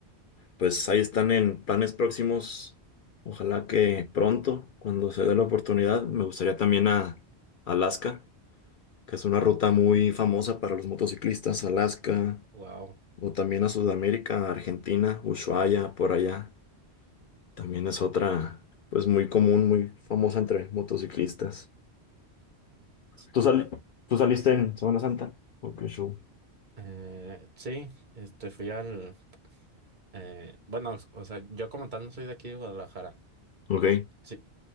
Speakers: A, on the left; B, on the right.
A: pues ahí están en planes próximos. Ojalá que pronto, cuando se dé la oportunidad, me gustaría también a Alaska, que es una ruta muy famosa para los motociclistas. Alaska,
B: wow.
A: O también a Sudamérica, Argentina, Ushuaia, por allá. También es otra, pues muy común, muy famosa entre motociclistas.
B: Sí,
A: ¿Tú, sali-
B: mm.
A: tú saliste en Semana Santa? Ok, show.
B: Eh, sí, este fui al. eh, bueno, o sea, yo como tal no soy de aquí de Guadalajara.
A: Ok.
B: O s- sí,